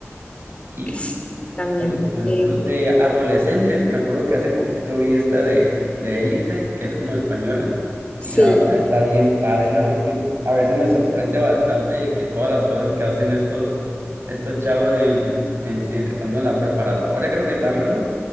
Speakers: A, on the right; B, on the left.
A: Y,
B: Es- También,
A: por ejemplo,
B: eh,
A: de adolescentes, me acuerdo que hace poquito vi esta de, de Élite, que es como española,
B: sí,
A: y la verdad está bien padre, nada más que a veces me sorprende bastante de que todas las cosas que hacen estos, estos chavos en, en, si- estando en la preparatoria, creo que están, ¿verdad?